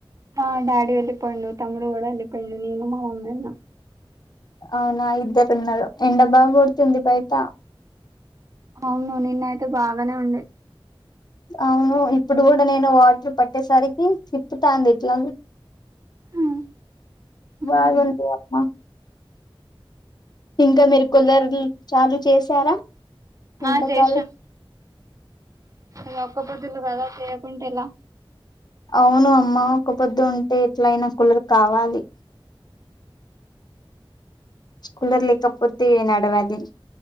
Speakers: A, on the right; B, on the left.
A: ఆ డాడీ వెళ్ళిపోయిండు తమ్ముడు కూడా వెళ్ళిపోయిండు నేను మా మమ్మీ ఉన్నాం
B: అవునా ఇద్దరు ఉన్నారు ఎండ బాగా
A: ఉమ్,
B: పడుతుంది బయట
A: అవును నిన్న అయితే బాగానే ఉండే
B: అవును ఇప్పుడు కూడా నేను వాటర్ పట్టేసరికి తిప్పుతాంది ఇట్లా
A: ఉమ్, ఉమ్,
B: బాగాంత అమ్మా ఇంకా
A: అవును,
B: మీరు
A: బాగానే
B: కొలరులు
A: ఉంది.
B: చాలు చేసారా ఎండాకాలం
A: ఆ చేసాం ఇ ఒక్క పొద్దులు కదా చేయకుంటే ఎలా
B: అవును అమ్మ ఒక పొద్దు ఉంటే ఎట్ల అయినా కులరు కావాలి కులర్ లేకపోతే నడవది